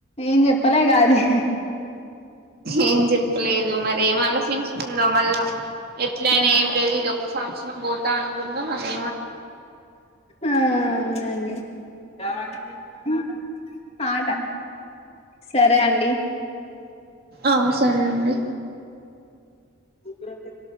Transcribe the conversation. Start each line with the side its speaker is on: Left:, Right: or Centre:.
Left: ఏం చెప్పాలేగా అది
Right: ఏం చెప్పలేదు మరి ఏం ఆలోచించుకుందో మళ్ళా ఎట్లయినా
Left: ఆ
Right: ఏం లేదు ఇదొక్క సంవత్సరం పోతా అనుకుందో మళ్ళా
Left: ఆ అవునండి ఆట సరే అండి
Right: ఆ సరే అండి
Left: ఇప్పురక